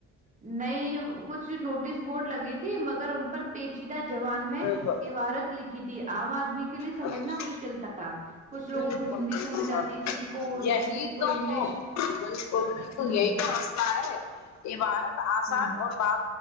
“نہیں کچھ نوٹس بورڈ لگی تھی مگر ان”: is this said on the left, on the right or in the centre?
Right